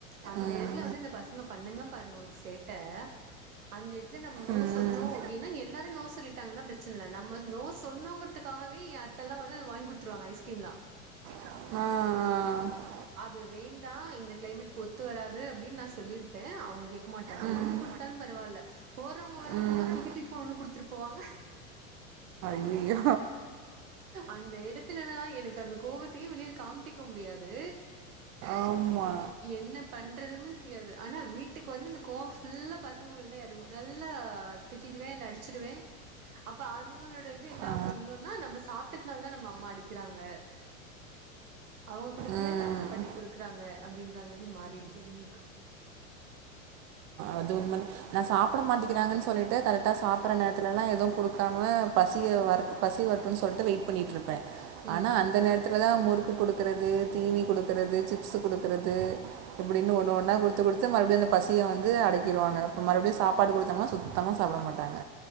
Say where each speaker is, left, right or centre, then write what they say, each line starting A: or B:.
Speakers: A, on the right (about 85°); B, on the right (about 40°).
A: அந்த
B: ம்
A: எடத்துல வந்து இந்த பசங்க பண்ணுங்க பாருங்க ஒரு சேட்ட அந்த எடுத் என் நம் நோ
B: ம் ம்
A: சொன்னோ அப்டினா இங்க எல்லாரு நோ சொல்லிட் தங்னா பிரச்சினல்ல நம்ம நோ சொன்னோங்கிற்துக்காகவே என் அத்தெல்லா வந்து அது வாய்ங் குடுத்துருவாங்க ஐஸ்கிரீம்லா
B: ஆஹ ஆஹ
A: அது வேண்டா இந்த க்ளைமேட்க்கு ஒத்து வராது அப்டின் நா சொல்லிருப்பே அவுங்க கேக் மாட்டாங்க
B: ம்
A: ஒண்ணு குடுத்தாலு பரவால்ல போறவ்ங்க வர்ரவ்ங்கல்லா
B: ம்
A: தூக்கி தூக்கி ஒன்னு குடுத்துருப் போங்க
B: இ யோ
A: அந்த எடத்துலதா எனக்கு அந்த கோவத்தயே வெளில காம்ட்டிக்க முடியாது
B: ஆமா
A: என்ன பண்றதுன்னு தெரியாது ஆனா வீட்டுக்கு வந்து இந்த கோவ் ஃபுல்லா பசங்கள்தா எறங்கு நல்லா திட்டிடுவே இல்ல அடிச்சிடுவே அப்ப அதுங்களோட இது என்ன
B: ஆ
A: ஆகு இன்னுன்னா நம்மஸ் இதுனால் தா நம்ம அம்மா அடிக்கிறாங்க அவுங்க குடுக்கில
B: ம்
A: தாத்தா பாட்டி குடுக்குறாங்க அப்டின்ற மாரி மாறிடுது அவுங்ளுக்கு
B: அது உண்மதா நான் சாப்பட மாட்டிக்கிறாங்கன் சொல்லிட்டு கரெக்ட்டா சாப்பற நேர்த்துலலா எதும் குடுக்காம பசிய வரட்டு பசி வர்ட்டுன் சொல்ட்டு வெயிட் பண்ணிட்ருப் பே
A: ம்
B: ஆனா அந்த நேர்த்துல தா மு குக்கு குடுக்கிறது தீனி குடுக்கிறது சிப்ஸ் குடுக்கிறது இப்புடின்னு ஒன்னு ஒன்னா குடுத்து குடுத்து மறுபடியு அந்த பசிய வந் து அடக்கிடுவாங்க இப்ப மறுபடியு சாப்பாடு குடுத்தம்னா சுத்தமா சாப்ட மாட்டாங்க